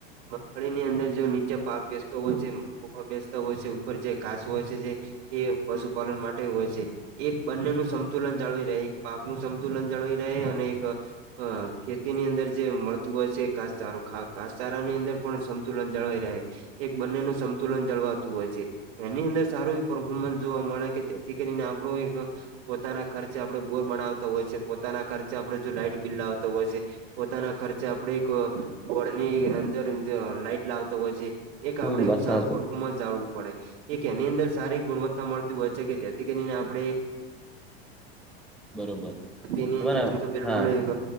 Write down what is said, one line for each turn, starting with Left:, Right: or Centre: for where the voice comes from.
Right: મગફળીની અંદર જો નીચે પાક બેસ તો જે <unintelligible> બેસતા હોય છે ઉપર જે ઘાસ હોય છે જે એ પશુપાલન માટે હોય છે. એક બંનેનું સમતુલન જાળવી રહે એક પાક નું સંતુલન જળવાઈ રહે અને એક હ, ખેતીની અંદર જે મળતું હોય છે ઘાસચારો ખા ઘાસચારાની અંદર પણ સમતુલન જળવાઈ રહે. એક બંનેનું સમતુલન જળવાતું હોય છે. એની અંદર સારું એવુ પરફોર્મન્સ જોવા મળે કે જેથી કરીને આપડો એક પોતાના ખર્ચે આપડે બોર બનાવતા હોય છે, પોતાના ખર્ચે આપડે જો લાઈટ બિલ લાવતો હોય છે, પોતાના ખર્ચે આપડે એક બોર્ડ ની અંદર જ લાઈટ લાવતો હોય છે. એક
Centre: હમ
Right: આપડે
Centre: બચ્છા
Right: એવું સારું પરફોર્મન્સ જાળવું પડે એક એની અંદર સારી ગુણવત્તા મળતી હોય છે કે જેથી કરીને આપડે
Centre: બરોબર
Right: તેની
Centre: તમારા
Right: <inaudible> <inaudible> બિલકુલ
Centre: હા
Right: એક